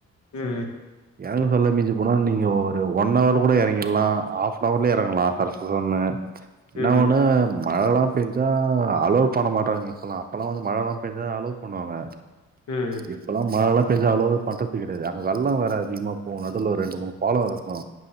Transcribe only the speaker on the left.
ம் ம்
ம் ம்
ம்